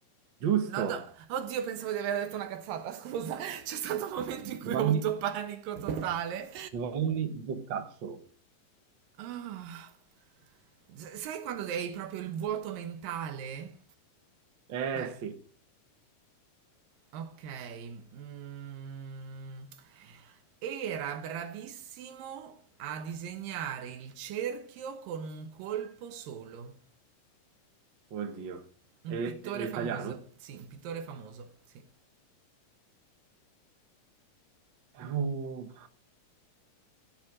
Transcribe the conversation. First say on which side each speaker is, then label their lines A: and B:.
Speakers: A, on the right; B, on the right.
A: giusto,
B: No, no, oddio, pensavo di aver detto una cazzata, scusa. C'è stato un momento in cui
A: Giovanni,
B: ho avuto panico totale.
A: Giovanni Boccaccio,
B: Ah, s- sai quando hai proprio il vuoto mentale?
A: eh
B: Cioè,
A: sì,
B: Okay, mhmm, era bravissimo a disegnare il cerchio con un colpo solo.
A: oddio,
B: Un
A: è,
B: pittore
A: è italiano?
B: famoso, sì, un pittore famoso, sì.
A: È un